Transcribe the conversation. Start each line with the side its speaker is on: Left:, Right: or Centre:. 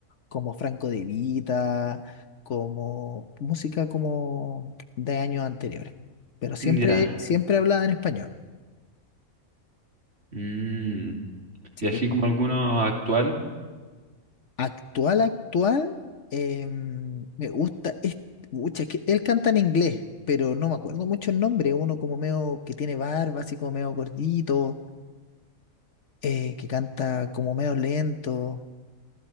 Left: como Franco De Vita, como música como de años anteriores. Pero siempre,
Right: Ya.
Left: siempre hablaba en español.
Right: Mm,
Left: Sí.
Right: y así
Left: eh,
Right: como alguno actual
Left: Actual, actual, eh, me gusta, es, pucha, es que él canta en inglés, pero no me acuerdo mucho el nombre, uno como medio que tiene barba, así como medio gordito, eh, que canta como medio lento.